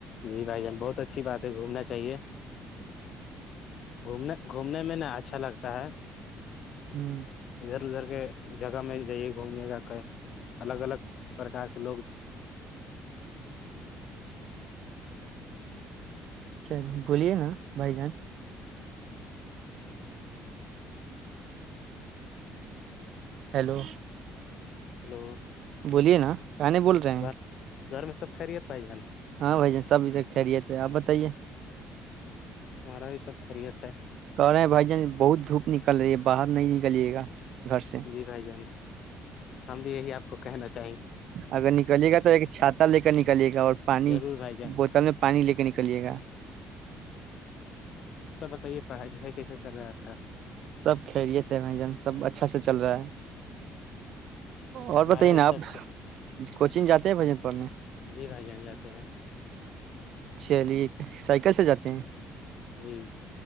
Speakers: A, on the left; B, on the right.
A: جی بھائی جان بہت اچھی بات ہے گھومنا چاہیے گھومنے گھومنے میں ن اچھا لگتا ہے
B: ہوں
A: ادھر ادھر جگہ میں جائیے گھومے جا کے الگ الگ پرکار کے لوگ
B: چلیے بولیے نا بھائی جان ہیلو
A: ہلو
B: بولیے نا کہانی بول رہے ہیں
A: گھر گھر میں سب خریےت بھائی جان
B: ہاں بھائی جان سب ا تک خھلیے تھے آپ بتائیے
A: ہمارا بھی سب خیریت ہے
B: کہ رہے بھائی جن بہت دھوپ نکل رہی ہے باہر نہیں نکلیے گا گھر سے
A: جی بھائی جان ہم بھی یہی آپ کو کہنا چاہے
B: اگر نکلیے گا تو ایک چھاتا لے کر نکلیے گا اور پانی
A: ضرور بھائی جان
B: بوتل میں پانی لے کر نکلیے گا
A: تو یہ پڑھائی لکھائی کیسا چلا ہے اپ کا
B: سب خیریت سے ہیں بھائی جان سب اچھا سے چل رہا ہے
A: ہمارا
B: اور بتائیے
A: بھی
B: نا آپ
A: سب ٹھیک
B: کوچنگ جاتے ہیں بھائی جان پڑھنے
A: جی بھائی جان جاتے ہیں
B: چلیے سائیکل سے جاتے ہیں
A: جی